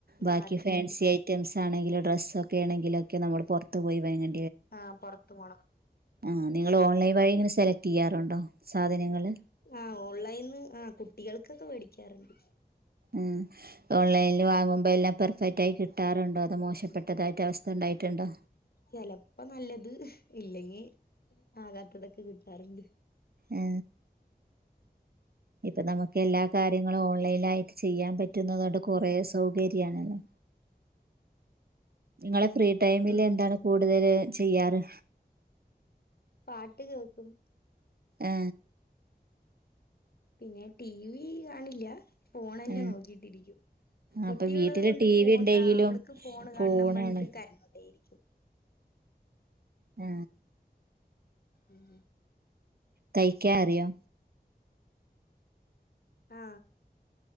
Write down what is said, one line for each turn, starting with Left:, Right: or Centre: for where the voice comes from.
Left: ആ
Right: ബാക്കി
Left: അടുത്തുണ്ട്
Right: ഫാൻസി ഐറ്റംസ് ആണെങ്കിലും ഡ്രസ് ഒക്കെ ആണെങ്കിലൊക്കെ നമ്മൾ പുറത്ത് പോയി വാങ്ങി
Left: ആ പൊറത്തു പോണം
Right: ആ നിങ്ങൾ ഓൺലൈൻ വഴി ഇങ്ങനെ സെലക്ടെയ്യാറുണ്ടോ സാധനങ്ങള്
Left: ആ ഓൺലൈൻന്ന് കുട്ടികൾക്കൊക്കെ വേടിക്കാറുണ്ട്
Right: ഉം ഓൺലൈനിൽ വാങ്ങുമ്പോ എല്ലാം പെർ ഫെറ്റായി കിട്ടാറുണ്ടോ അതൊ മോശപ്പെട്ടതായിട്ട് അവസ്ഥ ഉണ്ടായിട്ടുണ്ടോ
Left: ചെലപ്പോ നല്ലത് ഇല്ലെങ്ങി ആകാത്തതൊക്കെ കിട്ടാറുണ്ട്
Right: ആ ഇപ്പ നമുക്ക് എല്ലാ കാര്യങ്ങളും ഓൺ ലായിട്ട് ചെയ്യാൻ പറ്റുന്നതോണ്ട് കൊറേ സൗകര്യാണല്ലോ നിങ്ങളെ ഫ്രീ ടൈമില്
Left: ഉം
Right: എന്താണ് കൂടുതല് ചെയ്യാറ്
Left: പാട്ട് കേക്കും
Right: ആ
Left: പിന്നെ ടി വി കാണില്ല ഫോൺ തന്നെ
Right: ആഹ്
Left: നോക്കീട്ടിരിക്കും കുട്ടിയുള്ളത്
Right: അപ്പൊ വീട്ടില്
Left: കൊണ്ട്
Right: ടി
Left: ഫോൺ
Right: വി ഉണ്ടെങ്കിലും
Left: ആ അവൾക്ക് ഫോൺ
Right: ഫോണാണ്
Left: കാണണം പറഞ്ഞിട്ട് കരഞ്ഞുകൊണ്ടേയിരിക്കും
Right: ആ
Left: ഉം
Right: തയ്ക്കാ അറിയോ
Left: ആ